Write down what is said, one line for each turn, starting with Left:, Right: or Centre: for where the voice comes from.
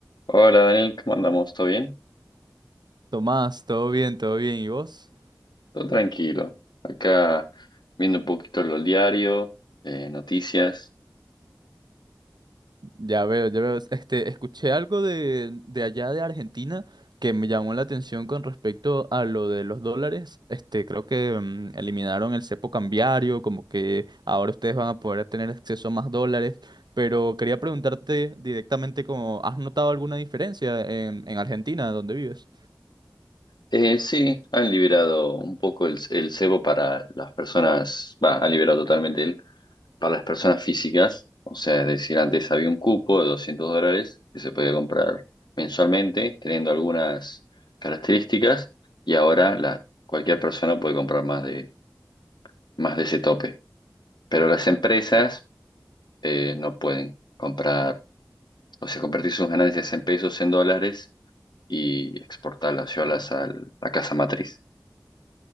Left: Hola Daniel, ¿cómo andamos? ¿Todo bien?
Right: Tomás, todo bien, todo bien. ¿Y vos?
Left: Todo tranquilo. Acá viendo un poquito los diarios, eh, noticias.
Right: Ya veo, ya veo. Este, escuché algo de, de allá de Argentina que me llamó la atención con respecto a lo de los dólares. Este, creo que mm, eliminaron el cepo cambiario, como que ahora ustedes van a poder tener acceso a más dólares. Pero quería preguntarte directamente como, ¿has notado alguna diferencia en, en Argentina, donde vives?
Left: Eh, sí, han liberado un poco el, el cebo para las personas, va, han liberado totalmente el, para las personas físicas. O sea, es decir, antes había un cupo de 200 dólares que se podía comprar mensualmente, teniendo algunas características, y ahora la, cualquier persona puede comprar más de, más de ese tope. Pero las empresas eh, no pueden comprar O sea, convertir sus ganancias en pesos, en dólares y exportarlas, llevarlas a la casa matriz.